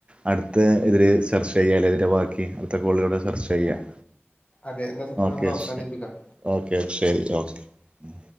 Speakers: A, on the right (about 25°); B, on the left (about 25°).
A: അടുത്ത ഇതില് ചർ ചെയ്യാലെതിൻ്റെ ബാക്കി അടുത്ത കോളിലൂടെ ചർച്ച ചെയ്യാം
B: അതെ എന്നാ
A: ഓക്കെ
B: നമുക്ക് അവസാനിപ്പിക്കാം
A: ശ ഓക്കെ ശരി ഓക്കെ ഉം